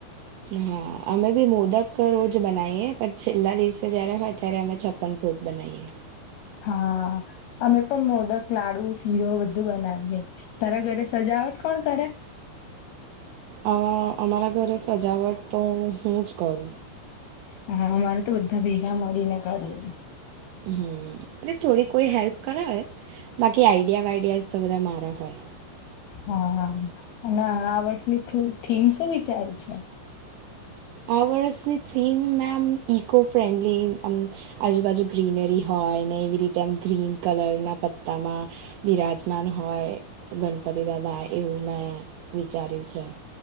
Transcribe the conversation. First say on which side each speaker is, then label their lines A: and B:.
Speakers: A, on the right; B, on the left.
A: હા, અમે બી મોદક રોજ બનાઈએ પણ છેલ્લા દિવસે જયારે હોય ત્યારે અમે છપ્પન ભોગ બનાવીએ.
B: હા, અમે પણ મોદક લાડુ શીરો બધું બનાવીએ. તારા ઘરે સજાવટ કોણ કરે?
A: આ અમારા ઘરે સજાવટ તો હું જ કરું.
B: હા, અમારે તો બધા ભેગા મળીને કરી.
A: હ એટલે થોડી કોઈ હેલ્પ કરાવે બાકી આઈડિયા વાઈડિયાઝ તો બધા મારા હોય.
B: હા હા અને આ વર્ષની થીમ શું વિચારી છે.
A: આ વર્ષની થીમ મેમ ઇકો ફ્રેન્ડલી આમ આજુબાજુ ગ્રીનરી હોય ને એવી રીતે આમ ગ્રીન કલરના પત્તામાં બિરાજમાન હોય ગણપતિ દાદા એવું મેં વિચાર્યું છે.